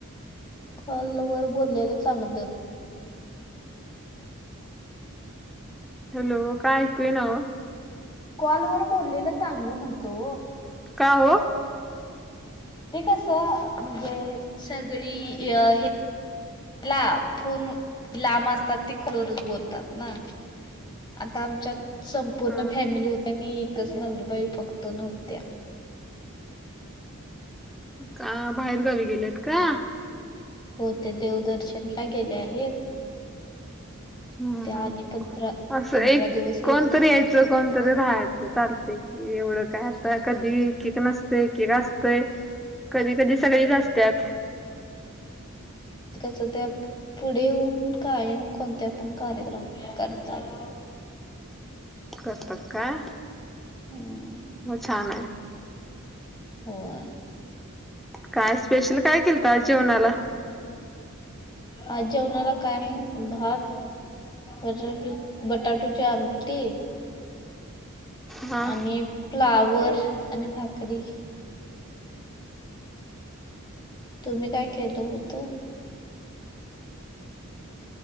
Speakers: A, on the left (about 20°); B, in the centre.
A: होय मी वर बोललेलं चांगलं. हमं
B: हॅलो काय ऐकू येईना वो
A: कॉल वर बोललेलं चांगलं म्हणतो
B: का हो?
A: ते कसे म्हणजे सगळी अ हे ला फोन लांब असतात ते फोनवर बोलतात ना आता आमच्यात संपूर्ण
B: हा
A: फॅमिली होत्या आणि एकच नंदुबाई फक्त नव्हत्या
B: का बाहेरगावी गेल्यात का?
A: हो ते देवदर्शन ला गेले आहेत.
B: हम्म
A: त्या
B: हम्म
A: आणि पंधरा
B: असं
A: पंधरा
B: एक
A: दिवस हे
B: कोणतरी या कोणतरी राहायचं चालतंय कि एवढं काय आता कधी एक नसतं एकक असतंय कधी कधी सगळीच असतात.
A: कसे ते पुढे होऊन कायम कोणते पण कार्यक्रम करतात.
B: करतात काय
A: हम्म
B: छान आहे.
A: होय
B: काय स्पेशल काय केल तर आज जेवणाला?
A: आज जेवणाला का नाही भात बटाट बटाटोची आमटी
B: हा.
A: आणि फ्लावर आणि भाकरी तुम्ही काय केलं होतं?